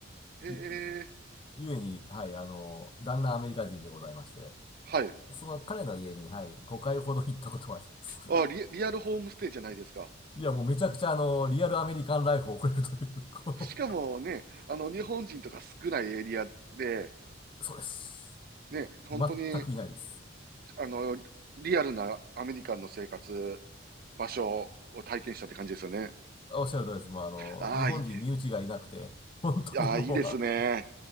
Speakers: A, on the right (about 50°); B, on the left (about 25°).
A: へえ。
B: いゆえに、はい、あの、旦那アメリカ人でございまして、
A: はい。
B: その彼の家に、はい、5回ほど行ったことはあります。
A: あ、リ、リアルホームステイじゃないですか。
B: いや、もうめちゃくちゃあの、リアルアメリカンライフを送れるという、こ
A: しかもね、あの、日本人とか少ないエリアで、
B: う、<laughs> そうです。
A: ね、本当に、
B: 全くいないです。
A: あの、リアルなアメリカンの生活、場所を体験したって感じですよね。
B: おっしゃる通りです。もうあの、
A: ああ、
B: 日本人身内がいなくて、
A: い
B: 本当にもうあ、
A: ああ、いいですね。